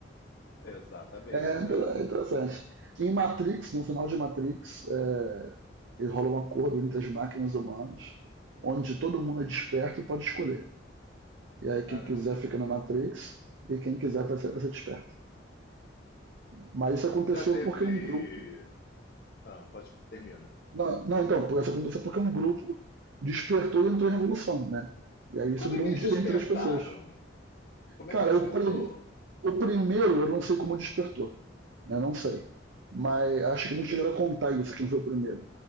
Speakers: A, on the left; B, on the right.
A: exatamente.
B: é inter-
A: é.
B: é interessante. Em Matrix, no final de Matrix, é, ele rola um acordo entre as máquinas humanas, onde todo mundo é desperto e pode escolher. E aí quem
A: Caramba.
B: quiser fica na Matrix e quem quiser vai ser, vai ser desperto. Mas isso aconteceu
A: Já teve.
B: porque um grupo
A: Ah, pode termina.
B: Não, não, então, por essa aconteceu porque um grupo despertou e entrou em revolução, né? E aí
A: E como
B: isso virou
A: é que
B: um
A: eles
B: direito
A: despertaram?
B: das pessoas.
A: Como
B: Cara,
A: é que despertou?
B: o, pri- o primeiro eu não sei como despertou, né? Não sei. Mas
A: Ah,
B: acho que não chegaram a contar isso, quem foi o primeiro.